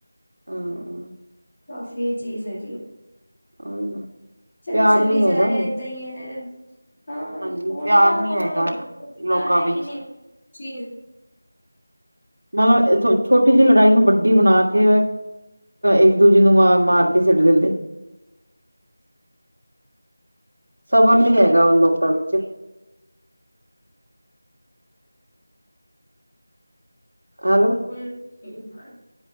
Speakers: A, on the right; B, on the left.
A: ਹਾਂ
B: ਕਾਫੀ ਇਹ ਚੀਜ਼ ਹੈਗੀ ਹੈ
A: <unintelligible> <inaudible>
B: ਚਲੋ
A: ਪਿਆਰ
B: ਚੱਲੀ
A: ਨੀ
B: ਜਾ
A: ਹੈਗਾ
B: ਰਿਹਾ ਏਦਾਂ ਹੀ ਹੈ, ਹਾਂ
A: ਹਾਂਜੀ
B: ਹੁਣ
A: ਪਿਆਰ
B: ਤਾਂ
A: ਨੀ
B: ਹੁਣ
A: ਹੈਗਾ
B: ਕੁ ਤਾਂ
A: ਲੋਕਾਂ
B: ਹੈ
A: ਵਿੱਚ
B: ਹੀ ਨਹੀਂ, ਚੀਜ਼
A: ਮਤਲਬ ਛੋਟੀ ਜਿਹੀ ਲੜਾਈ ਨੂੰ ਵੱਡੀ ਬਣਾ ਕੇ ਇੱਕ ਦੂਜੇ ਨੂੰ ਮ ਮਾਰ ਕੇ ਸਿੱਟ ਦਿੰਦੇ ਸਬਰ ਨੀ ਹੈਗਾ ਹੁਣ ਲੋਕਾਂ ਵਿੱਚ ਏਲੋ
B: ਫੁੱਲ ਹ